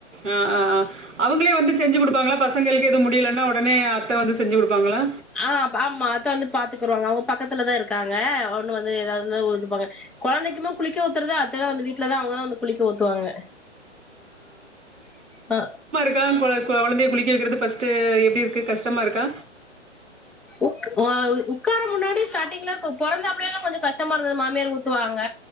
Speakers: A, on the right; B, in the centre.
A: ஆ ஆ ஆ அவுங்களே வந்து செஞ்சி குடுப்பாங்ளா பசங்களுக்கு எது முடியலன்னா ஒடனே அத்த வந்து செஞ்சி குடுப்பாங்ளா
B: ஆ அப் ஆமா அத்த வந்து பாத்துக்குறவங்க அவுங்க பக்கத்துல தா இருக்காங்க ஒன்னு வந்து ஏதாவதுனா ஒதுப்பாங்க கொழந்தைக்குமே குளிக்க ஊத்துறது அத் த்த தா வந்து வீட்லதா அவுங்க தா வந்து குளிக்க ஊத்துவாங்க ஆ
A: தா கொழ கொழந்தைய குளிக்க வெக்கிறது ஃபஸ்ட்டு எப்டி இருக்கு கஷ்டமா இருக்கா
B: ஒக் ஒ ஆ உ உக்கார முன்னாடி ஸ்டாடிங்ல கோ பொறந்த அப்படியெல்லா கொஞ்ச கஷ்டமா இருந்தது மாமியார் ஊத்துவாங்க